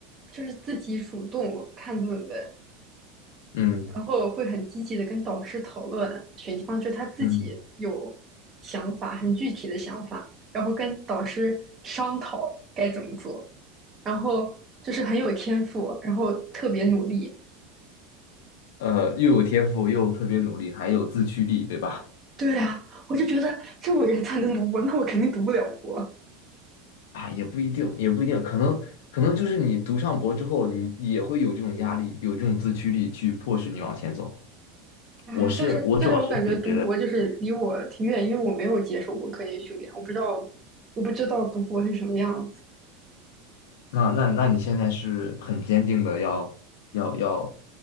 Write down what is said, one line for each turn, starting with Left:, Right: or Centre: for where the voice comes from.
Right: 就是自己主动看论文，
Left: 嗯
Right: 然后会很积极的跟导师讨论选地方，就是他自己有想法，
Left: 嗯，
Right: 很具体的想法，然后跟导师商讨该怎么做，然后就是很有天赋，然后特别努力。
Left: 呃，又有天赋，又特别努力，还有自驱力，对吧？
Right: 对啊，我就觉得这种人才能读博，那我肯定读不了博。
Left: 啊，也不一定，也不一定，可能可能就是你读上博之后，你也会有这种压力，有这种自驱力去迫使你往前走。
Right: 啊，
Left: 我是我主要是可能觉得，
Right: 但是但是我感觉读博就是离我挺远，因为我没有接受过科研训练，我不知道我不知道读博是什么样子。
Left: 那那那你现在是很坚定的要要要